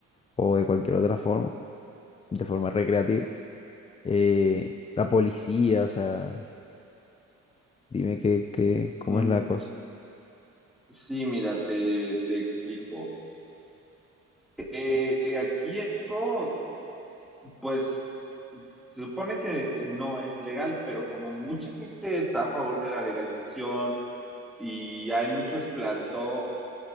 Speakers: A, on the left; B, in the centre.
A: o de cualquier otra forma, de forma recreativa. Eh, la policía, o sea, dime qué, qué, cómo
B: Mm,
A: es la cosa.
B: sí, mira, te, te explico. Eh, eh, aquí en México, pues se supone que no es legal, pero como mucha gente está a favor de la legalización y hay muchos plantones,